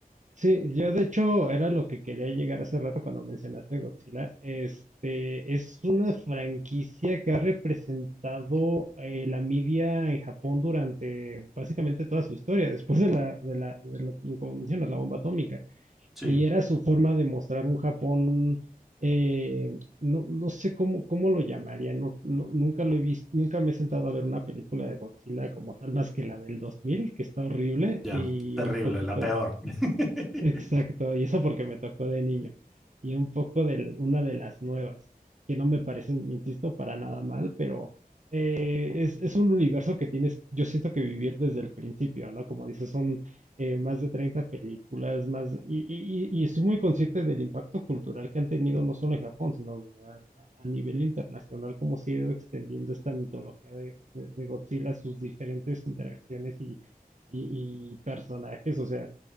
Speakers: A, on the right; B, in the centre.
A: sí, yo de hecho era lo que quería llegar hace rato cuando mencionaste Godzilla. Este es una franquicia que ha representado eh, la media en Japón durante básicamente toda su historia, después de la, de la, de la- como mencionas, la bomba atómica.
B: Sí,
A: y era su forma de mostrar un Japón, eh, no, no sé cómo, cómo lo llamaría, no, no- nunca lo he visto, nunca me he sentado a ver una película de Godzilla como tal, más que la del 2000, que está horrible,
B: ya,
A: y
B: terrible,
A: un poquito
B: la peor. <laughs>
A: Exacto, y eso porque me tocó de niño. Y un poco de una de las nuevas, que no me parecen, insisto, para nada mal, pero eh, es, es un universo que tienes, yo siento que vivir desde el principio, ¿no? Como dices, son eh, más de 30 películas, más, y, y, y- y estoy muy consciente del impacto cultural que han tenido no solo en Japón, sino a, a- a nivel internacional, cómo se ha ido extendiendo esta mitología de, de- de Godzilla, sus diferentes interacciones y, y y personajes, o sea